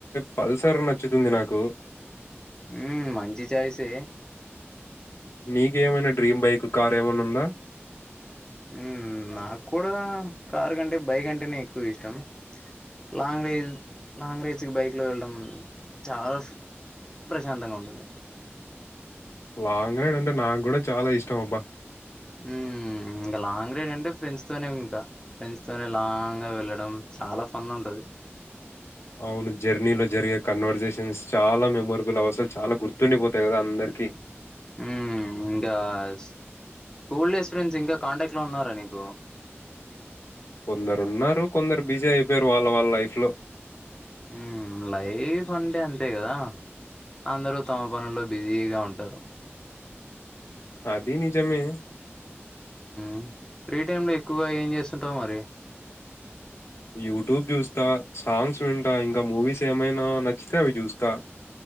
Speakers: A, on the left; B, on the left.
A: పల్సర్ నచ్చుతుంది నాకు
B: ఉ మంచి ఛాయిస్ ఏయ్
A: నీకు ఏమైనా డ్రీమ్ బైక్ కార్ ఏమన్నా ఉందా
B: ఉ నాకు కూడా కారు కంటే బైక్ అంటేనే ఎక్కువ ఇష్టం లాంగ్ రైజ్ లాంగ్ రైజ్ కి బైక్ లో వెళ్ళడం చాలా ప్రశాంతంగా ఉంటుంది
A: లాంగ్ రైడ్ అంటే నాకు కూడా చాలా ఇష్టం అబ్బా
B: ఉహ్మ్ ఇంకా లాంగ్ రైడ్ అంటే ఫ్రెండ్స్ తోనే ఇంకా ఫ్రెండ్స్ తోనే లాంగ్ గా వెళ్ళడం చాలా ఫన్ ఉంటది
A: అవును జర్నీలో జరిగే కన్వర్సేషన్స్ చాలా మెమొరబుల్ అసలు చాలా గుర్తుండిపోతాయి కదా అందరికీ
B: ఉ ఇంకా స్కూల్ డేస్ ఫ్రెండ్స్ ఇంకా కాంటాక్ట్ లో ఉన్నారా నీకు
A: కొందరు ఉన్నారు కొందరు బిజీ అయిపోయారు వాళ్ళ వాళ్ళ లైఫ్ లో
B: మ్ లైఫ్ అంటే అంతే కదా అందరు తమ పనుల్లో బిజీగా ఉంటారు
A: అదీ నిజమే
B: మ్ ఫ్రీ టైమ్ లో ఎక్కువగా ఏం చేస్తుంటావు మరి
A: యూట్యూబ్ చూస్తా సాంగ్స్ వింటా ఇంకా మూవీస్ ఏమైనా నచ్చితే అవి చూస్తా